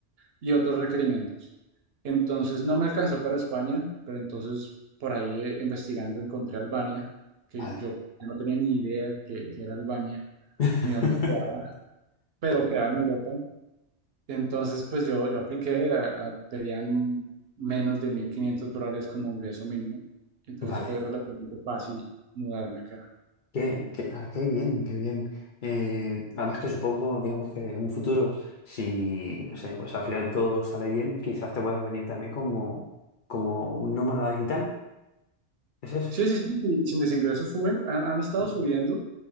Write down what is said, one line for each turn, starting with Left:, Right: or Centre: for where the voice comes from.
Right: y otros requerimientos. Entonces, no me alcanzó para España, pero entonces por ahí eh, investigando encontré Albania, que
Left: Vale.
Right: yo no tenía ni idea que, que era Albania
Left: <laughs>
Right: ni dónde quedaba, pero quedaba en Europa. Entonces, pues yo, yo apliqué, a- a- pedían menos de 1.500 dólares como ingreso mínimo. Entonces
Left: Vale.
Right: fue relativamente fácil mudarme acá.
Left: Qué, qué, ah, qué bien, qué bien. Eh, además que supongo, digamos que en un futuro, si, no sé, pues al final todo sale bien, quizás te puedas venir también como, como un nómada digital. ¿Es eso?
Right: Sí, sí, sí, sí, sí, mis ingresos suben, han, han estado
Left: Mm,
Right: subiendo.